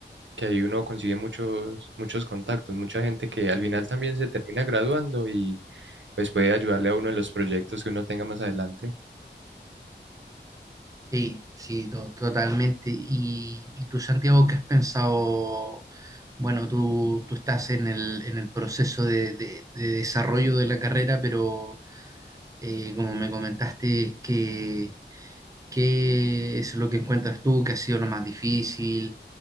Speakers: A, on the right; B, on the right.
A: que ahí uno consigue muchos, muchos contactos, mucha gente que al final también se termina graduando y pues puede ayudarle a uno en los proyectos que uno tenga más adelante
B: Sí, sí, to- totalmente. Y, y tú, Santiago, ¿qué has pensado? Bueno, tú, tú estás en el, en el proceso de, de- de desarrollo de la carrera, pero eh, como me comentaste, ¿qué, qué es lo que encuentras tú que ha sido lo más difícil?